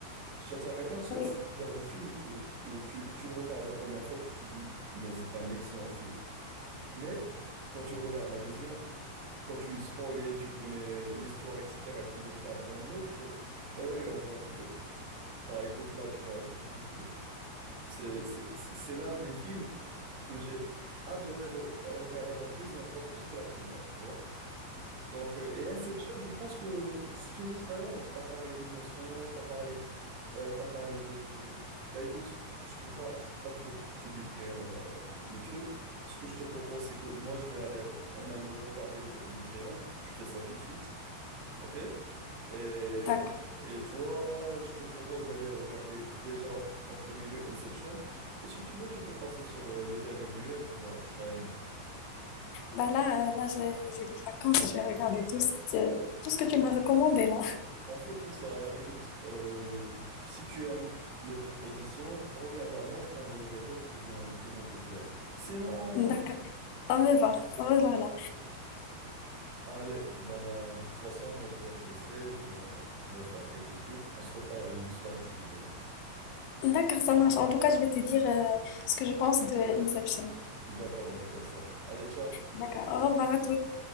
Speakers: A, on the right (about 65°); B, on the left (about 85°).
A: Shutter Island, c'est
B: Oui.
A: c'est un genre de film où, où tu, tu le regardes la première fois, tu te dis, mais c'est un excellent film. Mais quand tu le regardes la deuxième, quand tu es spoilé, tu connais l'histoire, etc., et tu le regardes d'un autre œil, on va dire, bah écoute, là, tu vas être bouche bée. C'est, c'est, c'est c'est l'un des films que, que j'ai adoré re- regarder la deuxième fois plus que la première, tu vois. Donc, euh, et Inception, je pense que c'est une expérience. Tu as parlé d'émotions, tu as parlé T'as t'as parlé de... Bah écoute, je peux pas, je peux pas trop te, te décrire la- le truc. Ce que je te propose, c'est que moi, je vais aller en amont regarder le, le triangle. Je fais ça tout de suite, ok? Et,
B: D'accord.
A: et toi, je te propose d'aller regarder déjà en premier lieu Inception. Et si tu veux, tu peux passer sur euh, le dernier duel, tu vas, tu vas aimer.
B: Bah là, euh, là j'ai j'ai des vacances, je vais regarder tout
A: Ouais.
B: ce que tu, tout ce que tu m'as recommandé là.
A: On fait comme ça. Écoute, euh, si tu aimes mes propositions, reviens vers moi, je t'en donnerai d'autres qui vont, qui vont te plaire. Sinon,
B: D'accord. Ça me va, ça me va là.
A: Allez, ben, de toute façon, moi, je dois te laisser, je dois, je dois faire quelques trucs. On se reparle le soir si tu veux.
B: D'accord, ça marche. En tout cas, je vais te dire euh, ce que je pense de Inception.
A: D'accord, on fait comme ça. Allez, ciao.
B: D'accord. Au revoir à tous.